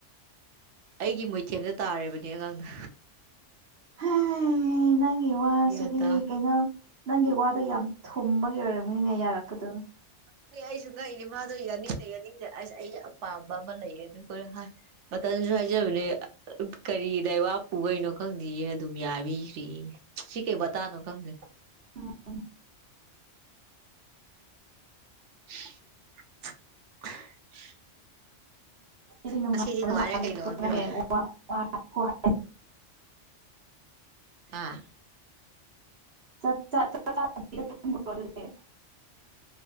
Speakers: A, on the right; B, on the right.
A: ꯑꯩꯒꯤ ꯃꯣꯏꯊꯦꯝꯗ ꯇꯥꯔꯦꯕ ꯀꯒꯥꯟꯗ
B: ꯍ ꯑꯦ ꯅꯪꯒꯤ ꯋꯥꯁꯤꯗꯤ
A: ꯒ꯭ꯌꯥꯟ ꯇꯥ
B: ꯀꯩꯅꯣ ꯅꯪꯒꯤ ꯋꯥꯗꯣ ꯌꯥꯝ ꯊꯨꯝꯕꯒꯤ ꯑꯣꯏꯔꯝꯃꯤ ꯃꯤꯅꯦ ꯌꯥꯔꯛꯄꯗꯣ
A: ꯑꯗꯨꯗꯤ ꯑꯩꯁꯨ ꯉꯛꯏꯅꯤ ꯃꯥꯗꯣ ꯌꯥꯅꯤꯡꯗꯦ ꯌꯥꯅꯤꯡꯗꯦ ꯑꯁ ꯑꯩꯒꯤ ꯑꯄꯥꯝꯕ ꯑꯃ ꯂꯩꯌꯦ ꯑꯗꯨ ꯍꯥꯏ ꯃꯇꯝ ꯀꯪꯁꯨ ꯍꯥꯏꯖꯕꯅꯦ ꯀꯔꯤ ꯂꯩꯕꯥꯛꯄꯨꯈꯩꯅꯣ ꯈꯪꯗ ꯑꯗꯨꯝ ꯌꯥꯕꯤꯈ꯭ꯔꯤꯌꯦ ꯁꯤꯤꯀꯦ ꯇꯥꯅꯣ ꯀꯪꯒꯦ
B: ꯎꯝ
A: <unintelligible>
B: ꯗꯤ ꯅꯨꯡꯉꯥꯏꯕ
A: ꯉꯁꯤꯗꯤ ꯅꯨꯡꯉꯥꯏꯔꯦ ꯀꯩꯅꯣ ꯏꯕꯦꯝꯃ
B: ꯍꯥ ꯍꯥ
A: ꯑꯥ
B: ꯆꯠ ꯆꯠ ꯆꯠ ꯆꯔꯦ